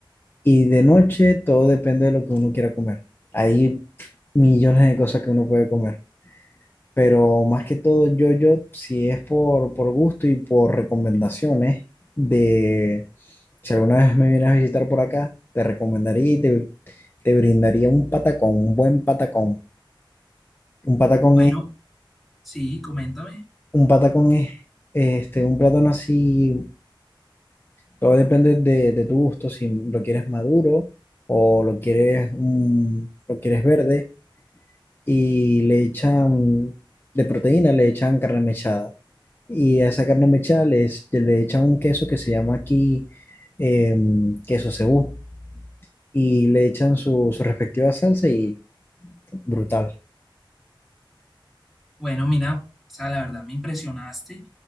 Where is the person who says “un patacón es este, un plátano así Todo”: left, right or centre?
Left